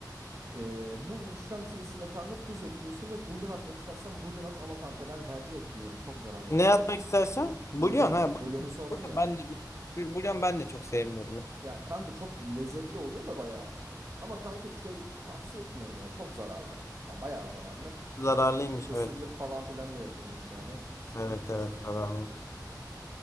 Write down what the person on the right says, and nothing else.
Ee, bu işlem sırasında kanka tuz ekliyorsun ve bulyon atmak istersen bulyon at ama kanka ben tercih etmiyorum. Çok zararlı
bir şey.
Bulyon.
Bulyonu sordun
ya.
Ya kanka çok lezzetli oluyor da bayağı. Ama kanka şey tavsiye etmiyorum ya. Çok zararlı. Ya bayağı zararlı.
Kıs kısırlık
falan filan da yapıyormuş yani. Sıkıntı
senin
için.